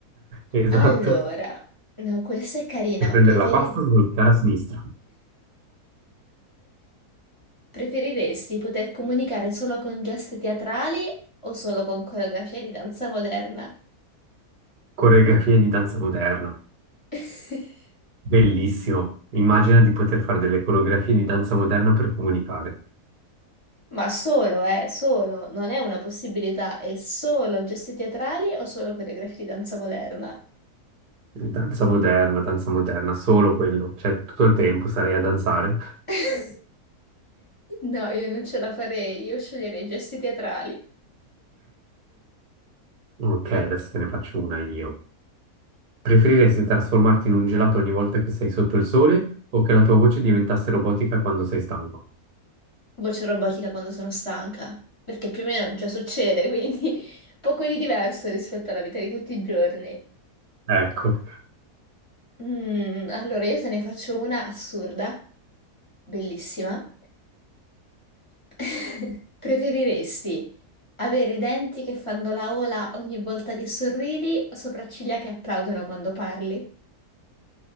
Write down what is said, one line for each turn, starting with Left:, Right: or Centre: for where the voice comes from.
Right: Esatto.
Left: Allora, no, questa è carina.
Right: Per prendere
Left: Preferi-
Right: la pasta, svoltare a sinistra.
Left: preferiresti poter comunicare solo con gesti teatrali o solo con coreografie di danza moderna?
Right: Coreografie di danza moderna.
Left: <laughs>
Right: Bellissimo. Immagina di poter fare delle coreografie di danza moderna per comunicare.
Left: Ma solo, eh, solo, non è una possibilità, è solo gesti teatrali o solo coreografie di danza moderna?
Right: Danza moderna, danza moderna, solo quello. Cioè, tutto il tempo sarei a danzare.
Left: <laughs> No, io non ce la farei, io sceglierei gesti teatrali.
Right: Ok, adesso te ne faccio una io. Preferiresti trasformarti in un gelato ogni volta che sei sotto il sole o che la tua voce diventasse robotica quando sei stanco?
Left: Voce robotica quando sono stanca, perché più o meno già succede, quindi <laughs> poco di diverso rispetto alla vita di tutti i giorni.
Right: Ecco.
Left: Mm, allora, io te ne faccio una assurda, bellissima. <laughs> Preferiresti avere i denti che fanno la ola ogni volta che sorridi o sopracciglia che applaudono quando parli?